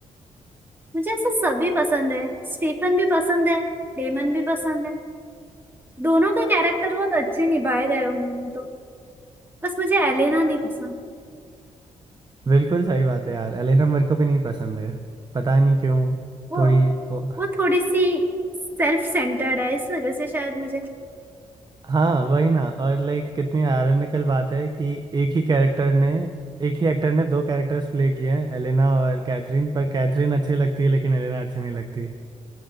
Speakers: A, on the right (about 15°); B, on the right (about 35°).
A: मुझे ऐसा सभी पसंद है स्टीफन भी पसंद है डेमन भी पसंद है दोनों के कैरेक्टर बहुत अच्छे निभाए गए उन्होंने तो बस मुझे एलेना नहीं पसंद
B: बिल्कुल सही बात है यार एलेना मेरे को भी नहीं पसंद है पता नहीं क्यों
A: वो
B: थोड़ी ओ,
A: वो थोड़ी सी सेल्फ सेंटर्ड है इस वजह से शायद मुझे
B: हाँ वही ना और लाइक कितनी आयरनिकल बात है कि एक ही कैरेक्टर ने एक ही एक्टर ने दो कैरेक्टर्स प्ले किए हैं एलेना और कैथरीन पर कैथरीन अच्छी लगती है लेकिन एलेना अच्छी नहीं लगती